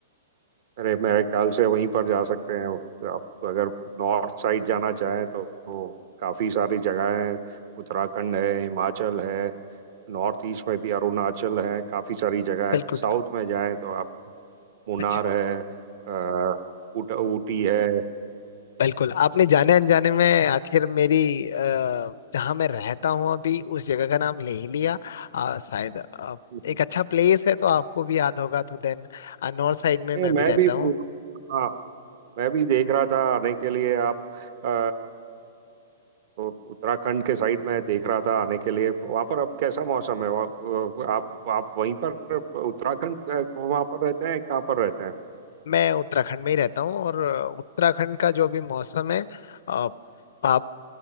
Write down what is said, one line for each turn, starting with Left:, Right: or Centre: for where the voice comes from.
Right: अरे मेरे ख्याल से वहीं पर जा सकते हैं आप अगर नॉर्थ साइड जाना चाहें तो, तो काफ़ी सारी जगह हैं उत्तराखंड है हिमाचल है नॉर्थ ईस्ट में भी अरुणाचल है काफ़ी सारी जगह
Left: बिल्कुल
Right: है साउथ में जाएं तो आप मुन्नार
Left: अच्छा
Right: है अ, उट, ऊटी है
Left: बिल्कुल आपने जाने अनजाने में आखिर मेरी अ, जहाँ मैं रहता हूँ अभी उस जगह का नाम ले ही लिया अ, शायद अ,
Right: <laughs>
Left: एक अच्छा प्लेस है तो आपको भी याद होगा तो देन नॉर्थ साइड में
Right: ये
Left: मैं
Right: मैं
Left: भी रहता
Right: भी
Left: हूँ
Right: हाँ मैं भी देख रहा था आने के लिए आप अ, तो उत्तराखंड के साइड में देख रहा था आने के लिए वहाँ पर अब कैसा मौसम है वहाँ- आप आप वहीं पर उत्तराखंड के- वहाँ पर रहते हैं कहाँ पर रहते
Left: मैं उत्तराखंड में ही रहता हूँ और उत्तराखंड का जो अभी मौसम है अ, आप